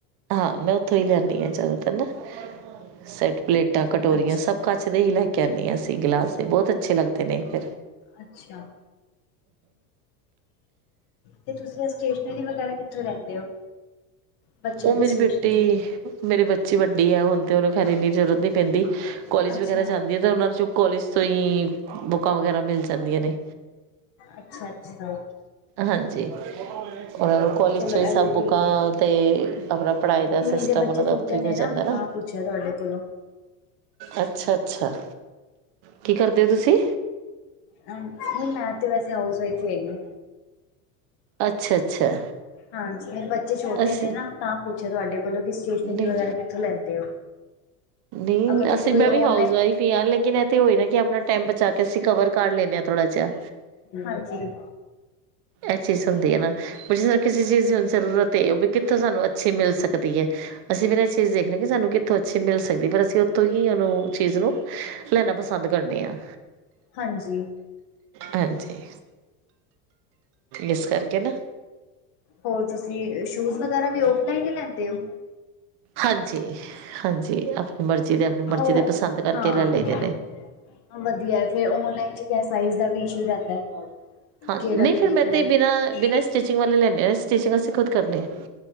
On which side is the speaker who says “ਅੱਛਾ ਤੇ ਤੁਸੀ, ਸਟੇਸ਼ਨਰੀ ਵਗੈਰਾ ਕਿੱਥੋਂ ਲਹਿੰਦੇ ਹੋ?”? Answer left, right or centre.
Left